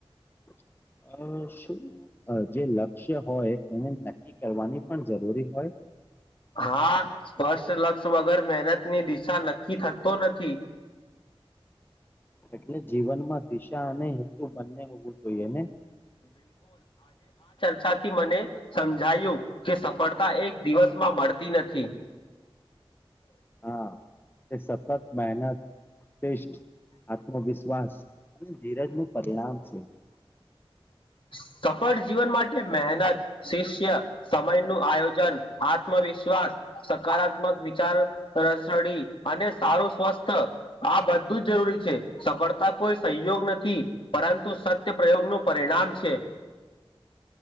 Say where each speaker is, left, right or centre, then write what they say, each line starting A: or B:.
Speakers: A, on the left (about 20°); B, on the left (about 60°).
A: <inaudible> અ શું અ જે લક્ષ્ય હોય એને નક્કી કરવાની પણ જરૂરી હોય
B: હા સ્પષ્ટ લક્ષ્ય વગર મહેનતની દિશા નક્કી થતો ન થી.
A: એટલે જીવનમાં દિશા અને હેતુ બંને હોવું જોઈએ ને?
B: સાચી મને સમજાયું કે સફળતા એક દિવસમાં મળતી નથી <inaudible>
A: હા તે સતત મહેનત શ્રેષ્ઠ આત્મવિશ્વાસ અને ધીરજ નું પરિણામ છે.
B: <inaudible> સફળ જીવન માટે મહેનત શિષ્ય સમય નું આયોજન આત્મવિશ્વા વાસ સકારાત્મક વિચાર રસડી અને સારું સ્વસ્થ આ બધું જરૂરી છે, સફળતા કોઈ સહયોગ નથી પરંતુ સત્ય પ્રયોગનું પરિણામ છે.